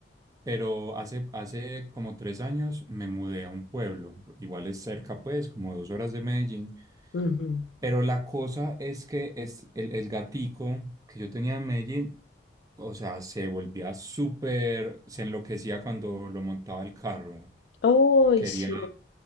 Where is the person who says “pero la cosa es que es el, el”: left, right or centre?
Right